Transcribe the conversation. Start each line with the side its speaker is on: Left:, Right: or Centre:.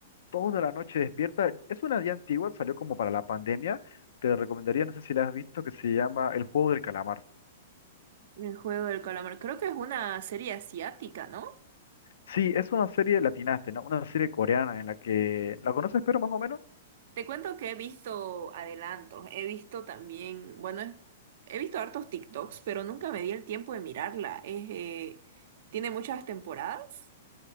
Left: toda la noche despierta. Es una ya antigua, salió como para la pandemia. Te recomendaría, no sé si la has visto, que se llama El Juego del Calamar.
Right: El juego del calamar. Creo que es una serie asiática, ¿no?
Left: Sí, es una serie latinaste, ¿no? Una serie coreana en la que, ¿la conoces, pero más o menos?
Right: Te cuento que he visto adelantos. He visto también, bueno, es- he visto hartos TikToks, pero nunca me di el tiempo de mirarla. Es, eh, ¿tiene muchas temporadas?